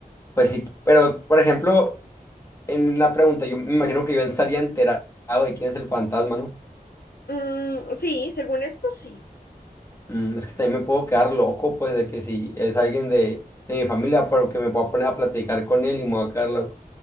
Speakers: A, on the left (about 20°); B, on the left (about 70°).
A: Pues sí, pero por ejemplo, en la pregunta, yo me imagino que yo estaría enterado de quién es el fantasma, ¿no?
B: Mm, sí, según esto sí.
A: Mm, es que también me puedo quedar loco, pues, de que si es alguien de, de mi familia, pero que me pueda poner a platicar con él y me voy a quedar loco.